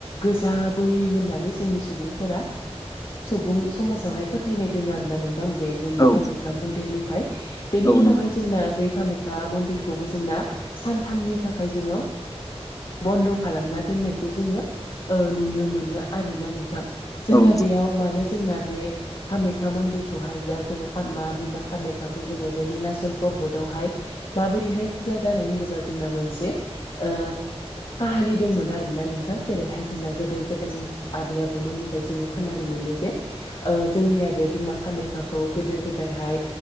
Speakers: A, on the left; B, on the left.
A: गोजा बोहोयो होननानै जोंनि सुबुंफोरा सुबुं समाजावहाय फोथायनाय दङ आरोना नों बे जोंनि
B: औ
A: कामाख्या मन्दिरनिफ्राय। बेनि
B: औ
A: उनावहाय
B: नंगौ
A: जोंना बै कामाखया ओ मन्दिरखौबो जोंना सानथामनि थाखाय जोंङो बन्द' खालामना दोननायखौ जोंङो ओ नुनो मोनो आरोना नोंथां। जोंना
B: औ नंगौ
A: बेयाव मानो जोंना बे कामाख्या मन्दिर खौहाय जा जोंङो खामा बिमा खामायाखाखौ जोंङो बे निलाचल पबोतआवहाय माबोरैहाय फुजा जानाय होनोब्ला जोंना मोनसे ओ काहानि दंमोन आरोना नोंथां। जेरैहाय जोंना गोदो गोदायनि आबै आबौमोननिफ्राय जोंङो खोनानो मोनो जे ओ जोंनिया बे बिमा खामायख्खाखौ गोदो गोदायहाय